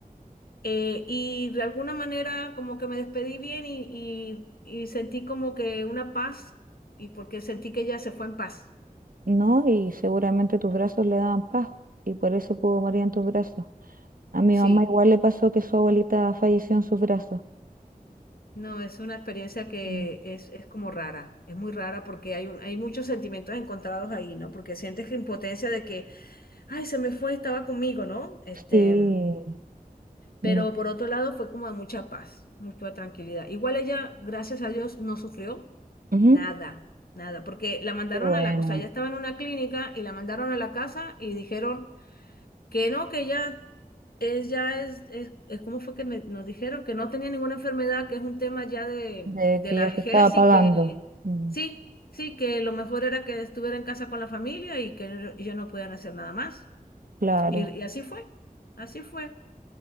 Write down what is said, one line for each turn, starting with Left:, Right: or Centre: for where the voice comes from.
Left: eh, y de alguna manera como que me despedí bien y, y y sentí como que una paz y porque sentí que ella se fue en paz.
Right: ¿no? Y seguramente tus brazos le daban paz y por eso pudo morir en tus brazos. A mi
Left: Sí.
Right: mamá igual le pasó que su abuelita falleció en sus brazos.
Left: No, es una experiencia que
Right: Mm.
Left: es, es como rara, es muy rara porque hay, un- hay muchos sentimientos encontrados ahí, ¿no? Porque sientes que impotencia de que, ay, se me fue, estaba conmigo, ¿no? Este,
Right: Sí, no.
Left: pero por otro lado fue como de mucha paz, mucha tranquilidad. Igual ella, gracias a Dios, no sufrió
Right: Ujú.
Left: nada, nada, porque la mandaron
Right: Bueno,
Left: a la, o sea, ella estaba en una clínica y la mandaron a la casa y dijeron que no, que ella es ya es, es, es como fue que me- nos dijeron que no tenía ninguna enfermedad, que es un tema ya de,
Right: de
Left: de
Right: que
Left: la
Right: ya
Left: vejez
Right: se estaba pagando.
Left: y que
Right: Mm,
Left: sí, sí, que lo mejor era que estuviera en casa con la familia y que no- ellos no podían hacer nada más.
Right: claro.
Left: Y, y así fue, así fue.